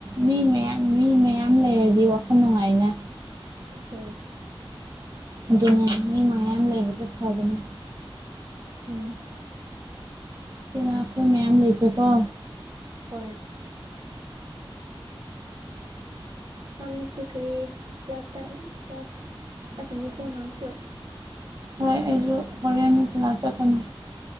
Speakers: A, on the right; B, on the right.
A: ꯃꯤ ꯃꯌꯥꯝ ꯃꯤ ꯃꯌꯥꯝ ꯂꯩꯔꯗꯤ ꯋꯥꯈꯜ ꯅꯨꯡꯉꯥꯏꯅ
B: ꯍꯣꯏ
A: ꯑꯗꯨꯅꯦ ꯃꯤ ꯃꯌꯥꯝ ꯂꯩꯕꯁꯦ ꯐꯕꯅꯦ
B: ꯎꯝ
A: ꯄꯨꯟꯅ ꯑꯩꯈꯣꯏ ꯃꯌꯥꯝ ꯂꯩꯁꯦꯀꯣ
B: ꯍꯣꯏ ꯅꯪ ꯉꯁꯤ ꯀꯔꯤ ꯀ꯭ꯂꯥꯁ ꯀ꯭ꯂꯥꯁ ꯆꯥꯛꯀꯅꯤꯀꯣ ꯅꯪꯁꯨ
A: ꯍꯣꯏ ꯑꯩꯁꯨ ꯍꯣꯔꯦꯟ ꯀ꯭ꯂꯥꯁ ꯆꯠꯀꯅꯤ